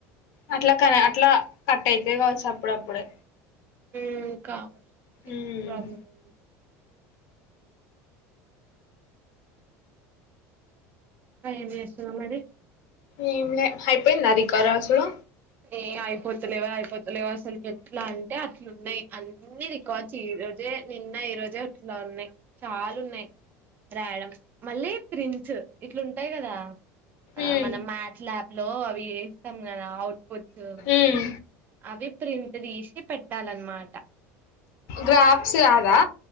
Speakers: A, on the left (about 50°); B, on the right (about 25°).
A: అట్లా కని అట్లా కటైతై కావచ్చు అప్పుడప్పుడే
B: హుమ్ కావచ్చుమరి సిగ్నల్
A: ఉమ్
B: ప్రాబ్లమూ ఇంకా ఎం చేస్తున్నావ్ మరి
A: ఏంలే అయిపోందా రికార్డ్ రాసుడు
B: ఏ అయిపోతలేవే అయిపోతలేవాసల్కి ఏట్లా అంటే అట్లున్నాయి అన్ని రికార్డ్స ఏ ఈ రోజే నిన్న ఈ రోజే అట్లా ఉన్నాయ్ చాలున్నాయ్ రాయడం మళ్ళీ ప్రిన్ట్ ఇట్లుంటాయి కదా ఆ
A: ఉమ్
B: మనం మ్యాథ్ ల్యాబ్లో అవి ఏస్తాం కదా ఔట్పుట్స్
A: ఉమ్
B: అవి ప్రింట్ దీసి పెట్టాలన్నమాట
A: గ్రాఫ్స్ కాదా